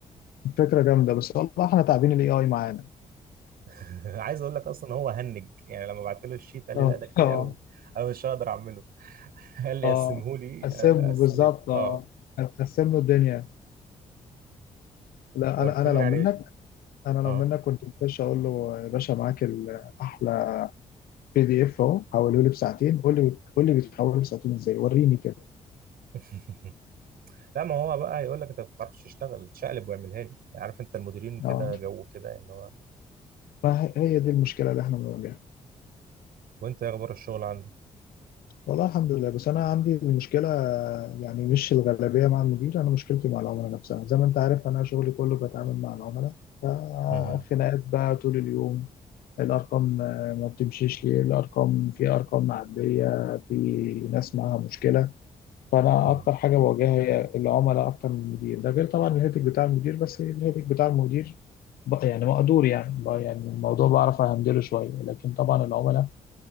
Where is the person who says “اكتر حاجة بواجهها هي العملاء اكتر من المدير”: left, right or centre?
Left